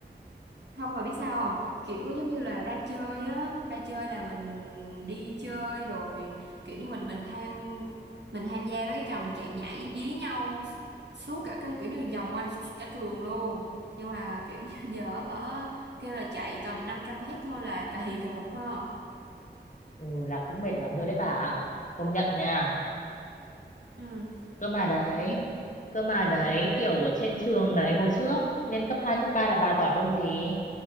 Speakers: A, on the right; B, on the left.
A: Không rồi biết sao không? Kiểu giống như là ra chơi á, ra chơi là mình đi chơi rồi kiểu như mình mình tham mình tham gia với cái trò mình chạy nhảy dí nhau suốt cả cái kiểu như vòng quanh cả trường luôn. Nhưng mà kiểu <laughs> như giờ hả kêu là chạy tầm 500 mét thôi là cà hì cà hụt ha.
B: Ừ là cũng mệt lắm rồi đấy bà. ạ. Công nhận nha.
A: Ừ.
B: Cơ mà đấy. Cơ mà đấy kiểu ở trên trường đấy hồi trước lên cấp 2 cấp 3 là bà giỏi môn gì?